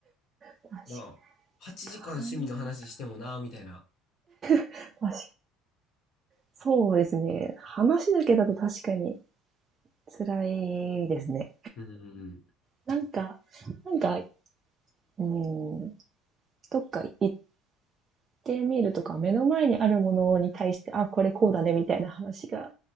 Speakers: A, on the right (about 25°); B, on the left (about 50°).
A: 確
B: まあ、8時間趣味の話してもな、
A: 台湾、
B: みたいな。
A: 確かに。そうですね。話だけだと確かに辛いですね。
B: うん。
A: なんか、なんか、うん、どっか行ってみるとか、目の前にあるものに対して、あ、これこうだね、みたいな話が